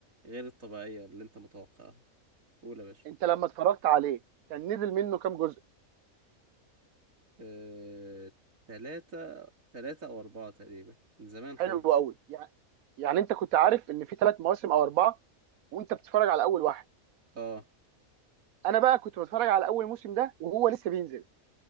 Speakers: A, on the right; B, on the right.
A: غير الطبيعية اللي انت متوقعها قول يا باشا
B: انت لما اتفرجت عليه كان نزل منه كام جزء
A: آه، تلاتة تلاتة او اربعة تقريبا من زمان
B: حلو
A: خالص
B: قوي يعني يعني انت كنت عارف ان في ثلاث مواسم او اربعه وانت بتتفرج على اول واحد
A: اه
B: انا بقى كنت بتفرج على اول موسم ده وهو لسه بينزل